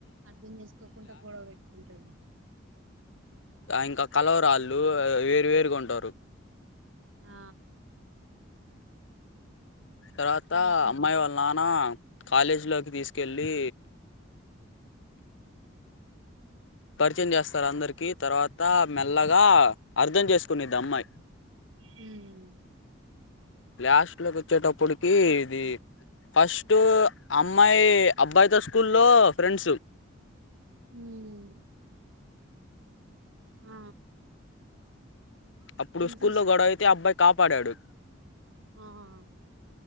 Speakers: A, on the right; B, on the left.
A: అర్ధం చేస్కోకుండా గొడవ పెట్టుకుంటుంది
B: ఇంకా కలవరాళ్ళు వేరు వేరుగా ఉంటారు
A: ఆ
B: తర్వాత
A: చూసాను
B: అమ్మాయి వాళ్ళ నాన్న కాలేజీలోకి తీసుకెళ్ళి పరిచయం చేస్తారు అందరికి తర్వాత మెల్లగా అర్థం చేసుకునిద్ది అమ్మాయి
A: హు
B: లాస్ట్ లోకి వచ్చేటప్పటికి ఇది ఫస్ట్ అమ్మాయి అబ్బాయితో స్కూల్లో ఫ్రెండ్స్
A: హు ఆ
B: అప్పుడు
A: వినిపిస్
B: స్కూల్లో గొడవ అయితే అబ్బాయి కాపాడాడు
A: ఆహా